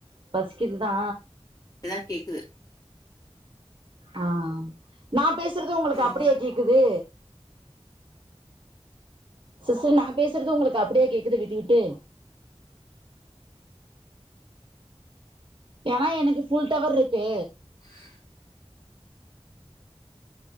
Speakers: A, on the right (about 50°); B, on the left (about 30°).
A: பசிக்குதுதா.
B: ல்லா கேக்குது
A: ஆ நாப் பேசுறது உங்களுக்கு
B: ஆ
A: அப்பிடியே கேக்குது சிஸ்டர் நா பேசுறது உங்களுக்கு அப்பிடியே கேக்குது விட்டு விட்டு ஏனா எனக்கு ஃபுல் டவர்ருக்கு
B: <inaudible>